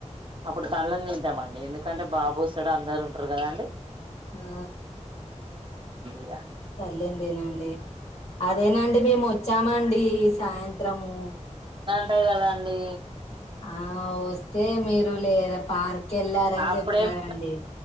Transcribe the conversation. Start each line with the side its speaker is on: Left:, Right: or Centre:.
Right: అప్పుడు తల్ళని తింటామండి ఎందుకు ఎంటే బాబు సడు అందరు ఉంటారు కదా అండి
Left: ఆ
Right: ఇక
Left: తల్లింతినండి అదేనండి మేము వచ్చామ అండి సాయంత్రము
Right: అంటాయి కదాండి
Left: ఆ వస్తే మీరు లేర పార్క్ కెళ్లారని
Right: అప్పుడేమి
Left: చెప్పినారంండి